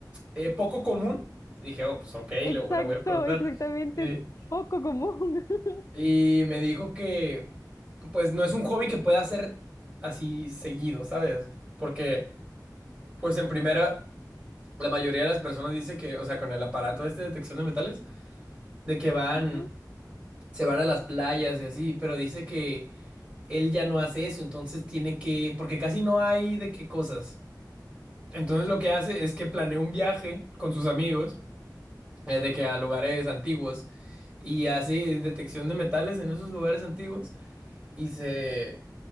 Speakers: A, on the right; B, on the left.
A: eh, poco común. Dije, oh, pues ok, le,
B: Exacto,
A: le voy a preguntar.
B: exactamente,
A: Sí.
B: es poco común. <laughs>
A: Y me dijo que, pues, no es un hobby que pueda hacer así seguido, ¿sabes? Porque, pues, en primera, la mayoría de las personas dice que, o sea, con el aparato este de detección de metales, de que van,
B: Ujú.
A: se van a las playas y así, pero dice que él ya no hace eso, entonces tiene que, porque casi no hay de qué cosas. Entonces lo que hace es que planea un viaje con sus amigos, eh, de que a lugares antiguos, y hace detección de metales en esos lugares antiguos. Y se...